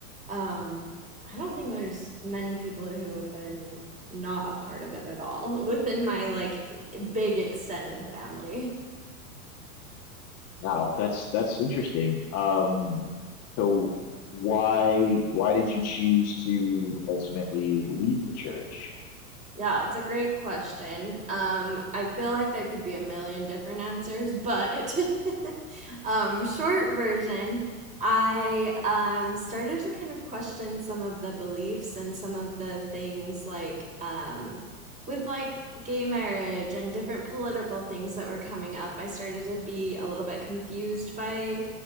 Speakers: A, on the right; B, on the left.
A: Um, I don't think there's many people who have been not a part of it at all <laughs> within my like big extended family.
B: Wow, that's that's interesting. Um, so why why did you choose to ultimately leave the church?
A: Yeah, it's a great question. Um, I feel like there could be a million different answers, but <laughs> um, short version, I um, started to kind of question some of the beliefs and some of the things like um, with like gay marriage and different political things that were coming up. I started to be a little bit confused by